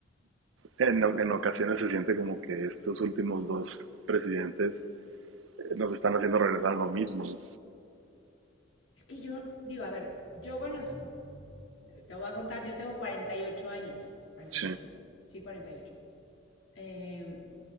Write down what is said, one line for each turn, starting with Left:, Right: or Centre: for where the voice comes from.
Right: en, en ocasiones se siente como que estos últimos dos presidentes eh, nos están haciendo regresar a lo mismo. ¿no?
Left: Es que yo, digo, a ver, yo con los, te voy a contar, yo tengo 48 años. cuarenta
Right: Sí,
Left: y ocho, Sí, 48. Eh,